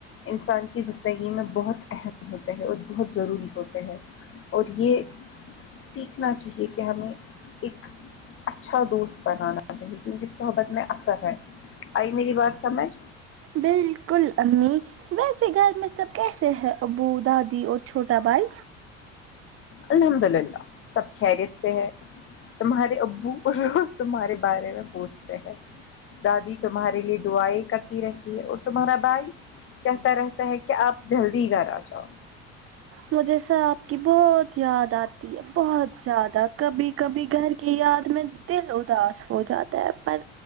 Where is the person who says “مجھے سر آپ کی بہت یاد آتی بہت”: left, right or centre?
Right